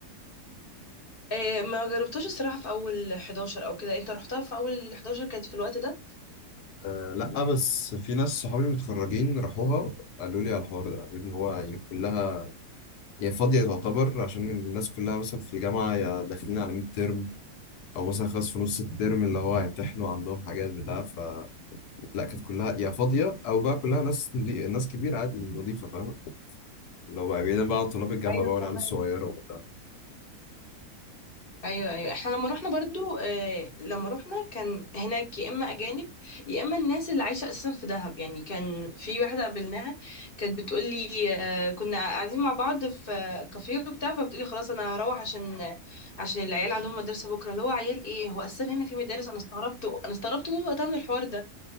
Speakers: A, on the left; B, on the left.
A: آه، ما جربتهاش الصراحه في اول 11 او كده انت رحتها في اول 11 كانت في الوقت ده
B: آه لا بس في ناس صحابي متخرجين راحوها قالوا لي على الحوار ده قالوا لي إن هو يعني كلها يعني فاضية تعتبر عشان الناس كلها مثلا في الجامعة يا داخلين على 100 ترم أو مثلا خلاص في نص الترم اللي هو هيمتحنوا عندهم حاجات بتاع لا كانت كلها يا فاضيه او بقى كلها ناس نضي... ناس كبيره عادي نظيفه فاهمه اللي هو بقى بعيدا بقى عن طلاب الجامعه
A: ايوه
B: بقى والعيال
A: فاهمة
B: الصغيره وبتاع
A: ايوه ايوه احنا لما رحنا برضو آه لما رحنا كان هناك يا اما اجانب يا اما الناس اللي عايشه اساسا في دهب يعني كان في واحده قابلناها كانت بتقول لي آه كنا قاعدين مع بعض في آه، كافيه وبتاع فبتقولي خلاص انا هروح عشان عشان العيال عندهم مدرسه بكره اللي هو عيال ايه هو اساسا هنا في مدارس انا استغربت انا استغربت موت وقتها من الحوار ده